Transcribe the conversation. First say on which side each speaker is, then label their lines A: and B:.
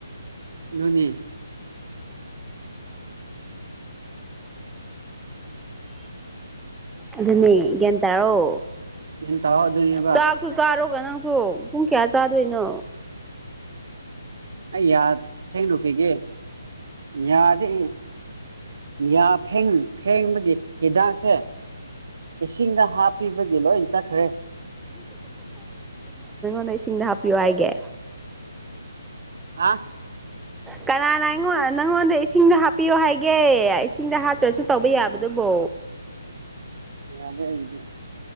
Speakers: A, on the right; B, in the centre.
A: ꯑꯗꯨꯅꯤ
B: ꯑꯗꯨꯅꯦ ꯒ꯭ꯌꯥꯟ ꯇꯥꯔꯣ
A: ꯒ꯭ꯌꯥꯟ ꯇꯥꯎ ꯑꯗꯨꯅꯦꯕ
B: ꯆꯥꯛꯁꯨ ꯆꯥꯔꯣꯒ ꯅꯪ ꯄꯨꯡ ꯀꯌꯥ ꯆꯥꯗꯣꯏꯅꯣ
A: ꯑꯩ ꯌꯥ ꯁꯦꯡꯂꯨꯈꯤꯒꯦ ꯌꯥꯁꯦ ꯌꯥ ꯐꯦꯡ ꯐꯦꯡꯕꯒꯤ ꯍꯤꯗꯥꯛꯁꯦ ꯏꯁꯤꯡꯗꯥ ꯍꯥꯞꯄꯤꯕꯒꯤꯂꯣꯏ ꯇꯠꯈ꯭ꯔꯦ
B: ꯅꯣꯏ ꯏꯁꯤꯡꯗ ꯍꯥꯞꯄꯤꯌꯣ ꯍꯥꯏꯒꯦ
A: ꯑꯥ
B: ꯀꯅꯥꯅ ꯑꯩꯉꯣꯟ ꯅꯪꯉꯣꯟꯗ ꯏꯁꯤꯡꯗ ꯍꯥꯞꯄꯤꯌꯣ ꯍꯥꯏꯒꯦ ꯏꯁꯤꯡꯗ ꯍꯥꯞꯇ꯭ꯔꯁꯨ ꯇꯧꯕ ꯌꯥꯕ ꯗꯨꯕꯣ
A: ꯌꯥꯗꯦ ꯑꯩꯒꯤꯗꯤ